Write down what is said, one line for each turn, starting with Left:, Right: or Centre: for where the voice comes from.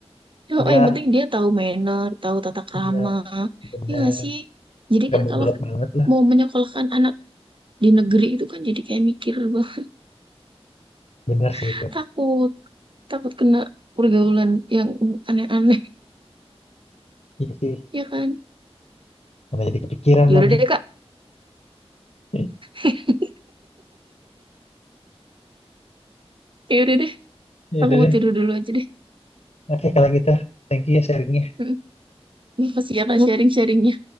Right: Oh,
Left: nggak
Right: yang penting dia tahu manner, tahu tata krama.
Left: ya benar
Right: Iya nggak sih? Jadi
Left: nggak
Right: kan
Left: bobrok
Right: kalau
Left: banget lah
Right: mau menyekolahkan anak di negeri itu kan jadi kayak mikir bang,
Left: benar
Right: <laughs>
Left: sih itu
Right: takut, takut kena pergaulan yang aneh-aneh.
Left: Iya sih
Right: <laughs> Ya kan?
Left: mana jadi kepikiran
Right: Yaudah
Left: lagi
Right: deh, Kak.
Left: <laughs>
Right: <laughs> Yaudah deh,
Left: ya
Right: aku
Left: udah
Right: mau
Left: deh
Right: tidur dulu aja
Left: Oke, kalau gitu, thank you ya sharingnya.
Right: deh. Ini pasti ya Kak sharing-sharingnya